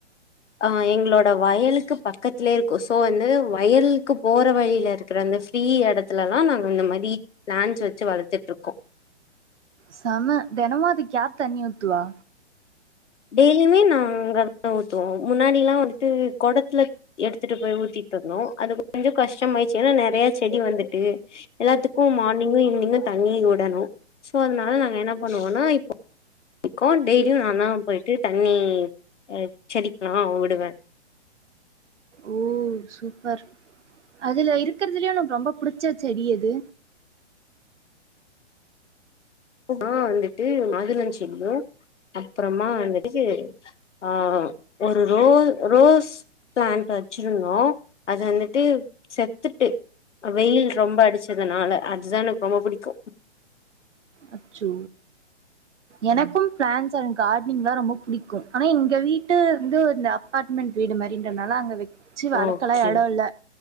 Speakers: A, on the left; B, on the right.
A: அவ எங்களோட வயலுக்கு பக்கத்லயே இருக்கு ஸோ வந்து வயல் க்கு போற வழியில இருக்கிற அந்த ஃப்ரீ எடத்துளதா நாங்க இந்த மாரி ப்ளான்ட்ஸ் வச்சு வளத்துட்டு இருக்கோ
B: சம தெனமு அதுக்கு யாரு தண்ணி ஊத்துவா
A: டெய்லியுமே நாங்கதா ஊத்துவோ முன்னாடில்லா வந்துட்டு கொடத்துல எடுத்துட்டு போய் ஊத்திட்டு இருந்தோ அது கொஞ்சோ கஷ்டமாயிட்ச்சு ஏன்னா நெறையா செடி வந்துட்டு எல்லாத்துக்கு மானிங்கு ஈவ்னிங்கு தண்ணி வுடணு சோ அதனால நாங்க என்ன பண்ணுவோனா இப்ப இக்கோ டெய்லியு நாந்தா போய்ட்டு தண்ணி ஆ செடிக்குல்லா விடுவ
B: ஓ சூப்பர் அதுல இருக்கறதுலயே ஒனக்கு ரொம்ப புடிச்ச செடி எது
A: மா வந்துட்டு மாதுளஞ் செடியு அப்றமா வந்துட்டு ஆ ஒரு ரோ ரோஸ் பிளான்ட் வச்சிருந்தோ அது வந்துட்டு செத்துட்டு வெயில் ரொம்ப அடிச்சதுனால அதுதா எனக்கு ரொம்ப புடிக்கு
B: அச்சோ எனக்கு பிளான்ட்ஸ் அன்ட் கார்ட்னிங்லா ரொம்ப புடிக்கும் ஆனா எங்க வீட்டு வந்து அபார்ட்மெண்ட் வீடு மாரின்றனால அங்க வச்சு வளக்கலா
A: ஓகே
B: எடோ இல்ல